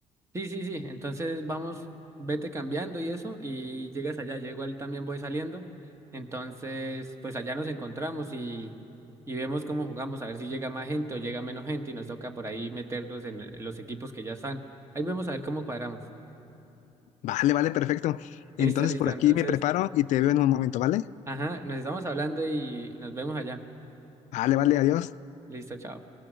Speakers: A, on the right; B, on the left.
A: Sí, sí, sí, entonces vamos, vete cambiando y eso, y llegas allá, yo igual también voy saliendo. Entonces, pues allá nos encontramos y, y vemos cómo jugamos, a ver si llega más gente o llega menos gente y nos toca por ahí meternos en en los equipos que ya están. Ahí vemos a ver cómo cuadramos.
B: Vale, vale, perfecto.
A: Listo,
B: Entonces
A: listo,
B: por aquí
A: entonces...
B: me preparo y te veo en un momento, ¿vale?
A: Ajá, nos estamos hablando y nos vemos allá.
B: Vale, vale, adiós.
A: Listo, chao.